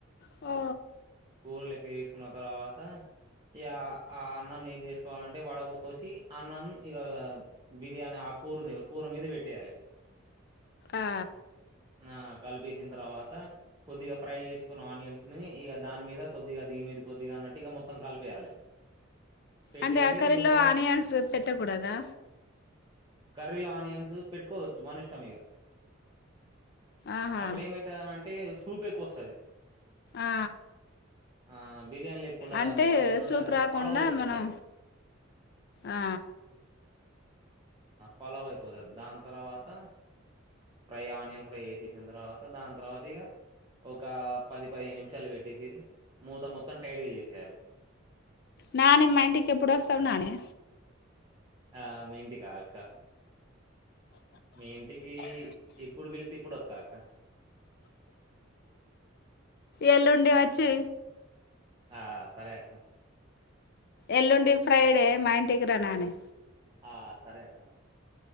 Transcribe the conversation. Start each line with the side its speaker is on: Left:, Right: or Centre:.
Left: ఓ
Right: కో ఇ చేసుకున్న తర్వాత ఇక ఆ అన్నం ఏం చేసుకోవాలంటే వడ పోసి అన్నం ఇక బిర్యానీ ఆ కూరని ఇక కూర మీద పెట్టేయాలి
Left: ఆ
Right: ఆ కలిపేసిన తర్వాత కొద్దిగా ఫ్రై చేసుకున్న ఆనియన్స్ ని ఇక దాని మీద కొద్దిగా దీని మీద కొద్దిగా అన్నట్టు ఇక మొత్తం కలిపేయాలి పెట్టేసి
Left: అంటే ఆ కరలో
Right: మొత్తం
Left: ఆనియాన్స్ పెట్టకూడదా
Right: కర్రీల ఆనియన్స్ పెట్టుకోవచ్చు మన ఇష్టం ఇక
Left: ఆహా
Right: అప్పుడు ఏమైతుందిని అంటే సూప్ ఎక్కువ వస్తుంది
Left: ఆ
Right: ఆ బిర్యానీ ఎక్కు ఉంటంది
Left: అంటే
Right: అది మొత్తం ఎట్లుంటుందింటే
Left: సూప్ రాకుండా
Right: పాలవు ఎక్కు
Left: మనం
Right: ఉంటుంది
Left: ఆ
Right: పలోవ అయిపోతుంది దాని తర్వాత ఫ్రై ఆనియన్ ఫ్రై వేసేసిన తర్వాత దాని తర్వాత ఇక ఒక పది పదిహేను నిమిషాలు పెట్టేసేది మూత మొత్తం టైట్గా చేసేయాలి
Left: నాని మా ఇంటికి ఎప్పుడు వస్తావు నానే
Right: ఆ మీ ఇంటికా అక్క మీ ఇంటికి ఇప్పుడు పిళితే ఇప్పుడు వస్తాక్క
Left: ఎల్లుుండే వచ్చి
Right: ఆ సరే అక్క
Left: ఎల్లుండి ఫ్రైడే మా ఇంటికి రాన్నాే
Right: ఆ సరే అక్క